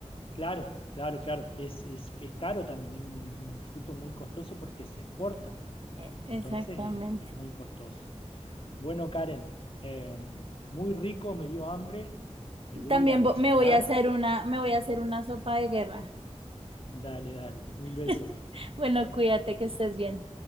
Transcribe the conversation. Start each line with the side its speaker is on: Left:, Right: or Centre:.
Left: Claro, claro, claro. Es, es, es caro también, es un, es un fruto muy costoso porque se exporta.
Right: E-
Left: Entonces
Right: Exactamente.
Left: eh, es, muy costoso. Bueno, Karen, eh, muy rico, me dio hambre. Me voy
Right: También
Left: a ir a cocinar.
Right: vo- me voy a hacer una, me voy a hacer una sopa de guerra.
Left: Dale, dale. Un beso.
Right: <laughs> Bueno, cuídate que estés bien.